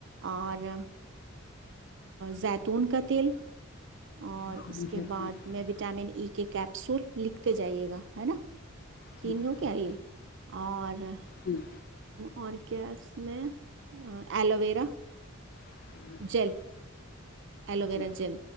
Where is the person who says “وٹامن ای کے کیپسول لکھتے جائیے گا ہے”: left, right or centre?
Right